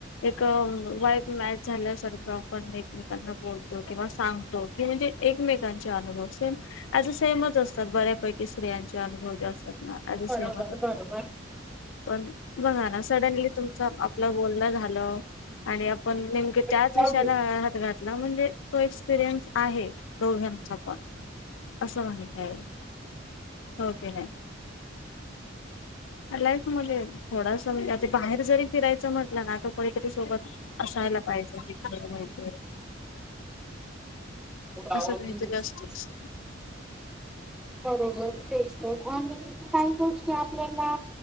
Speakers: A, on the left (about 75°); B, in the centre.
A: एक वाईब. ॅ मॅच झाल्यासारखं आपण एकमे बतो किंवा सांगतो की म्हणजे, एकमेकांचे अनुभव सेम ज सेमच असतात बऱ्यापैकी. स्त्रियांचे अनुभव जे असतात ना ज
B: बरोबर
A: सेमच असत.
B: बरोबर
A: पण बघा ना सडनली तुमचं आपलं बोलणं झालं. आणि आपण नेमक
B: बरोबर
A: त्याच विषयाला हात घातला, म्हणजे तो एक्सपिरियन्स आहे दोघांचा पण असं माहित आहे. हो की नाय? लाईफ मध्ये थोडास म्हणजे आता बाहेर जरी फिरायचं म्हटलं ना आता कोणीतरी सोबत असायला पाहिजे, <unintelligible>
B: <unintelligible>
A: असं काहीतरी असतच.
B: बरोबर, तेच तर आणि काय गोष्टी आपल्याला